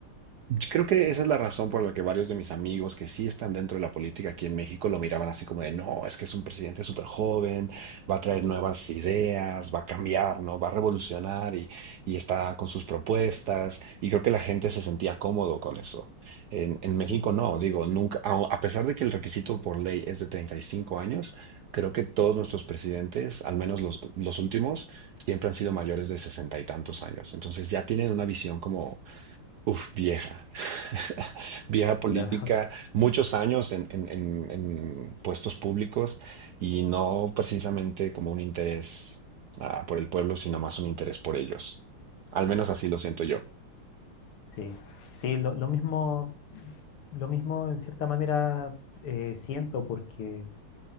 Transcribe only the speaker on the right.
Creo que esa es la razón por la que varios de mis amigos que sí están dentro de la política aquí en México lo miraban así como de, no, es que es un presidente súper joven, va a traer nuevas ideas, va a cambiar, ¿no? Va a revolucionar y, y está con sus propuestas. Y creo que la gente se sentía cómodo con eso. En, en México
no, digo, nunca, a, a pesar de que el requisito por ley es de 35 años, creo que todos nuestros presidentes, al menos los, los últimos, siempre han sido mayores de sesenta y tantos años. Entonces ya tienen una visión como Uf, vieja, <laughs> vieja política,
muchos años en, en- en- en puestos públicos y no precisamente como un interés ah, por el pueblo, sino más un interés por ellos. Al menos así lo siento yo.